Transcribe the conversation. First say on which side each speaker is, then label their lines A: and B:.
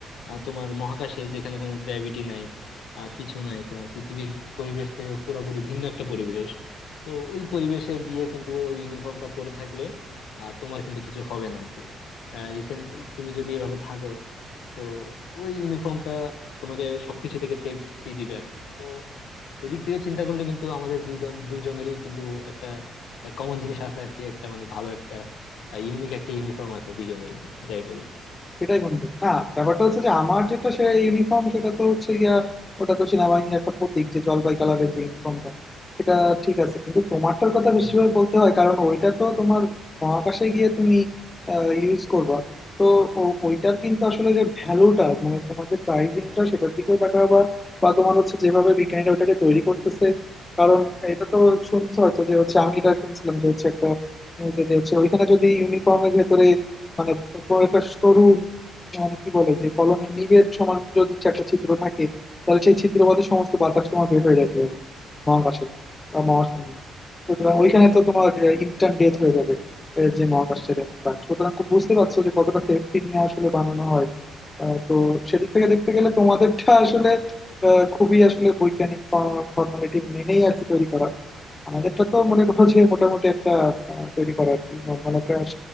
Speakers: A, on the left; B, on the left.
A: আহ, তোমার মহাকাশে যেখানে কোনো গ্র্যাভিটি নাই আহ, কিছু নাই তোমার পৃথিবীর পরিবেশ থেকে পুরোপুরি ভিন্ন একটা পরিবেশ তো ওই পরিবেশে গিয়ে কিন্তু ওই ইউনিফর্মটা পরে থাকলে আহ, তোমার কিন্তু কিছু হবে না আর কি রিসেন্ট তুমি যদি এভাবে থাকো তো ওই ইউনিফর্মটা তোমাকে সবকিছু থেকে সেফটি দিবে আর কি তো ওই দিক থেকে চিন্তা করলে কিন্তু আমাদের দুইজন দুইজনেরই কিন্তু একটা কমন জিনিস আছে আর কি একটা মানে ভালো একটা ইউনিক একটা ইউনিফর্ম আছে দুইজনেরই যাই বলো
B: সেটাই বন্ধু না ব্যাপারটা হচ্ছে যে আমার যেটা সে ইউনিফর্ম সেটা তো হচ্ছে গিয়া ওটা তো সেনাবাহিনীর একটা প্রতীক যে জলপাই কালারের যে ইউনিফর্মটা এটা ঠিক আছে কিন্তু তোমারটার কথা বেশিরভাগ
A: হম হম
B: বলতে হয় কারণ ওইটা তো তোমার মহাকাশে গিয়ে তুমি ইউজ করবা তো ও- ওইটার কিন্তু আসলে যে ভ্যালুটা মানে তোমার যে প্রাইসিংটা সেটার দিকেও তাকাবা বা তোমার হচ্ছে যেভাবে বিজ্ঞানীরা ওটাকে তৈরি করতেছে কারণ এটা তো শুনছো হয়তো যে হচ্ছে আমি এটা শুনছিলাম যে হচ্ছে একটা নিউজে যে হচ্ছে ওইখানে যদি ইউনিফর্মের ভেতরে মানে কোনো একটা সরু মানে কি বলে যে কলমের নিবের সমান যদি একটা ছিদ্র থাকে তাহলে সেই ছিদ্র বাদে সমস্ত বাতাস তোমার বের হয়ে যেতে হবে মহাকাশে বা মহাশূন্যে সুতরাং ওইখানে তো তোমার ইনস্ট্যান্ট ডেথ হয়ে যাবে আহ, যে মহাকাশটা ব্যাপার সুতরাং খুব বুঝতে পারছো যে কতটা সেফটি নিয়ে আসলে বানানো হয় আহ, তো সেদিক থেকে দেখতে গেলে তোমাদেরটা আসলে আহ, খুবই আসলে বৈজ্ঞানিক ফর্মালিটি মেনেই আর কি তৈরি করা আমাদেরটা তো মনে করো যে মোটামুটি একটা আহ, তৈরি করা আর কি নর্মাল একটা